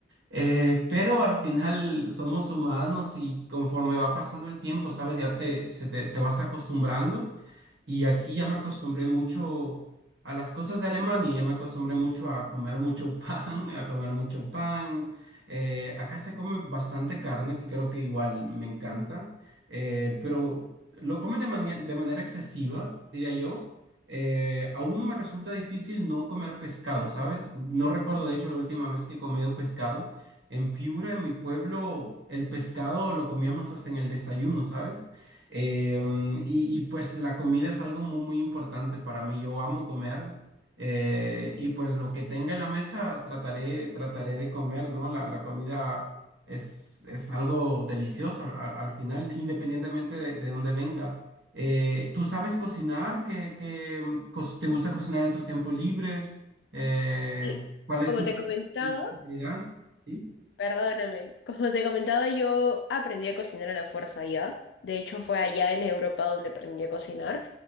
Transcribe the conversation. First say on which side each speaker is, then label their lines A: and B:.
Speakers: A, on the right; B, on the left.
A: Eh, pero al final somos humanos y conforme va pasando el tiempo, sabes, ya te, se te, te vas acostumbrando. Y aquí ya me acostumbré mucho a las cosas de Alemania, ya me acostumbré mucho a comer mucho <laughs> pan, a comer mucho pan. Eh, acá se come bastante carne, que creo que igual me encanta, eh, pero lo comen de mani- de manera excesiva, diría yo. Eh, aún me resulta difícil no comer pescado, ¿sabes? No recuerdo, de hecho, la última vez que he comido pescado. En Piura, en mi pueblo, el pescado lo comíamos hasta en el desayuno, ¿sabes? Eh, mm, y, y, pues la comida es algo muy, muy importante para mí. Yo amo comer eh, y pues lo que tenga en la mesa trataré, trataré de comer, ¿no? La, la comida es, es algo delicioso al, al final, independientemente de, de dónde venga. Eh, ¿tú sabes cocinar? ¿Qué, qué, mm, cos- te gusta cocinar en tus tiempos libres? Eh,
B: Sí,
A: ¿cuál es
B: como
A: tu
B: te
A: cuál
B: comentaba.
A: es tu especialidad? ¿Sí?
B: Perdóname, como te comentaba, yo aprendí a cocinar a la fuerza allá. De hecho, fue allá en Europa donde aprendí a cocinar.